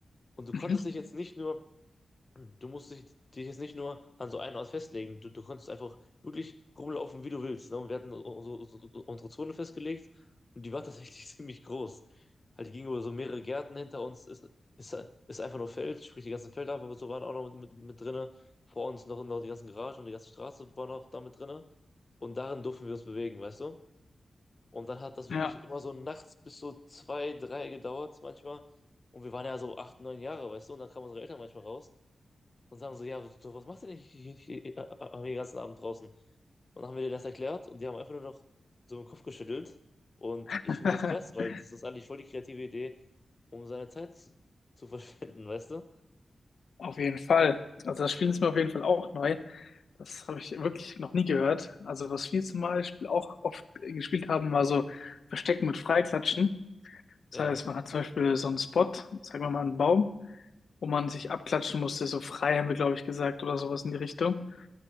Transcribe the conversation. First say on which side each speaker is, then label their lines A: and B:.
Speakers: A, on the left; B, on the left.
A: Und du
B: Mhm.
A: konntest dich jetzt nicht nur Du musst dich, dich jetzt nicht nur an so einen Ort festlegen. Du, du kannst einfach wirklich rumlaufen, wie du willst. Ne? Und wir hatten so, so, so, so unsere Zone festgelegt und die war tatsächlich <laughs> ziemlich groß. Halt, die ging über so mehrere Gärten hinter uns. Ist, ist, ist einfach nur Feld, sprich die ganzen Felder, aber so waren auch noch mit, mit, mit drinne. Vor uns noch, noch die ganzen Garagen und die ganze Straße war noch da mit drinne. Und darin durften wir uns bewegen, weißt du? Und dann hat das wirklich
B: Ja.
A: immer so nachts bis so zwei, drei gedauert manchmal. Und wir waren ja so acht, neun Jahre, weißt du? Und dann kamen unsere Eltern manchmal raus und sagen so, ja, du, was machst du denn hier, hier, hier, äh, den ganzen Abend draußen? Und dann haben wir denen das erklärt und die haben einfach nur noch so den Kopf geschüttelt. Und
B: <laughs>
A: ich finde das krass, weil das ist eigentlich voll die kreative Idee, um seine Zeit zu, zu verschwenden, <laughs> weißt du?
B: Auf jeden Fall. Also das Spiel ist mir auf jeden Fall auch neu. Das habe ich wirklich noch nie gehört. Also was wir zum Beispiel auch oft äh, gespielt haben, war so Verstecken mit Freiklatschen. Das
A: Ja.
B: heißt, man hat zum Beispiel so einen Spot, sagen wir mal einen Baum, wo man sich abklatschen musste. So frei haben wir, glaube ich, gesagt oder sowas in die Richtung.